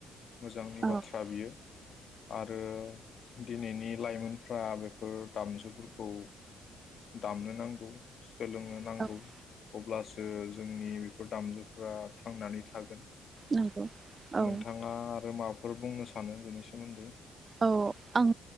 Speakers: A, on the left; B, on the right.
A: मोजांनि
B: औ
A: बाथ्रा बियो आरो दिनैनि लाइमोनफ्रा बेफोर दामजुफोरखौ दामनो नांगौ सोलोंनो
B: औ
A: नांगौ अब्लासो जो जोंनि बेफोर दामजुफ्रा थांनानै थागोन।
B: नंगौ औ
A: नोंथाङा आरो माबाफोर बुंनो सा सानो बेनि सोमोन्दै
B: औ आं